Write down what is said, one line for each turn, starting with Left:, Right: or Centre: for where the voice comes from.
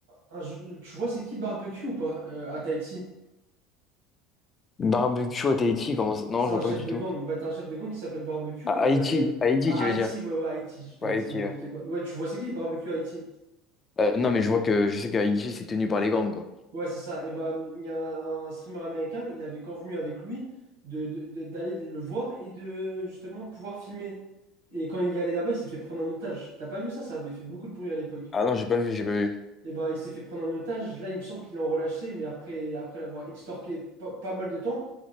Right: un- un jeu- tu vois c'est qui Barbecue ou pas euh, à Tahiti?
Left: Barbecue à Tahiti, comment ça? Non,
Right: C'est
Left: je
Right: un
Left: vois
Right: chef
Left: pas du
Right: de
Left: tout.
Right: gang. Bah t'as un chef de gang qui s'appelle Barbecue
Left: À Haïti,
Right: et t'avais
Left: Haïti,
Right: à
Left: tu
Right: Haïti,
Left: veux dire?
Right: ouais ouais Haïti, Tahiti
Left: Ouais, Haïti,
Right: n'importe
Left: ouais.
Right: quoi. Ouais, tu vois c'est qui Barbecue Haïti?
Left: Euh, non, mais je vois que je sais qu'à Haïti, c'est tenu par les gangs, quoi.
Right: Ouais c'est ça. Et ben il y a un, un streamer américain, il avait convenu avec lui de, de- de- d'aller le voir et de justement pouvoir filmer. Et quand il y allait là-bas, il s'est fait prendre en otage. T'as pas vu ça? Ça avait fait beaucoup de bruit à l'époque.
Left: Ah non, j'ai pas vu, j'ai pas vu.
Right: Et bah, il s'est fait prendre en otage. Là, il me semble qu'il est en relâché, mais après, après l'avoir extorqué pas pas mal de temps.